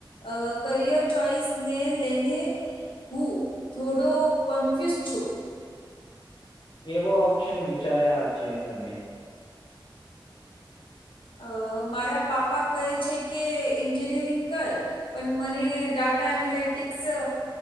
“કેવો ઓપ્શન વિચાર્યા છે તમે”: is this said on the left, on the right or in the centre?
Left